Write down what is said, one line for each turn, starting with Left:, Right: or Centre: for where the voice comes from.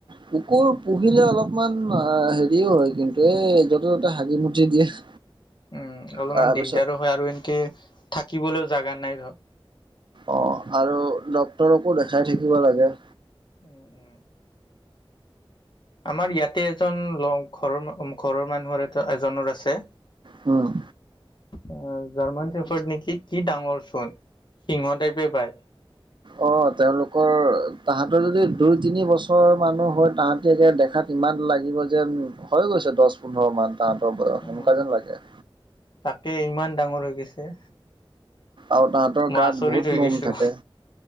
Right: কুকুৰ পুহিলে অলপমান অ হেৰিও হয় কিন্তু এই য'তে ত'তে হাগি মুটি দিয়ে <inaudible>
Left: উম অলপমান
Right: তাৰপিছত
Left: দিগদাৰো হয় আৰু এনেকে থাকিবলৈও জাগা নাই ঘৰত
Right: অ আৰু ডক্তৰকো দেখাই থাকিব লাগে
Left: উম উম আমাৰ ইয়াতে এজন ল ঘৰৰ ঘৰৰ মানুহৰ এটা এজনৰ আছে
Right: উম
Left: অ জাৰ্মান চেখত নেকি কি ডাঙৰ চোন সিংহ টাইপে পায়
Right: অ তেওঁলোকৰ তাহাঁতৰ যদি দুই তিনি বছৰ মানো হয় তাহাঁতি দেখাত ইমান লাগিব যেন হৈ গৈছে দহ পোন্ধৰমান তাহাঁতৰ বয়স
Left: অ
Right: সেনেকুৱা যেন লাগে
Left: তাকে ইমান ডাঙৰ হৈ গৈছে
Right: আৰু তাহাঁতৰ
Left: মই
Right: গাত
Left: আচৰিত
Right: বহুত
Left: হৈ
Right: নোম
Left: গৈছো
Right: থাকে